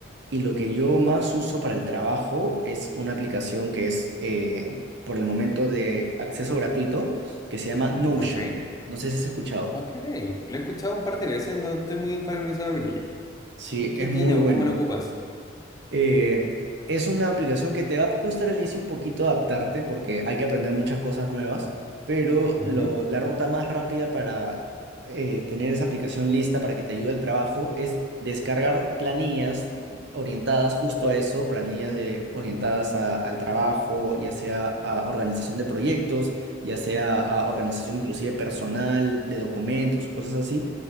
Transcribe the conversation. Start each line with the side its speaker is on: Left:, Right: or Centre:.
Right: Y lo que yo más uso para el trabajo es una aplicación que es eh, por el momento de acceso gratuito que se llama Notion.
Left: Ok,
Right: No sé si has escuchado.
Left: ok. Lo he escuchado un par de veces, no estoy muy familiarizado con ella.
Right: Sí,
Left: ¿Qué
Right: es
Left: tiene
Right: muy
Left: o
Right: buena.
Left: cómo lo ocupas?
Right: Eh, es una aplicación que te va a costar al inicio un poquito adaptarte porque hay que aprender muchas cosas nuevas, pero lo,
Left: Ujú.
Right: la ruta más rápida para eh, tener esa aplicación lista para que te ayude al trabajo es descargar planillas orientadas justo a eso, planillas de, orientadas a- al trabajo, ya sea a organización de proyectos, ya sea a organización inclusive personal, de documentos, cosas así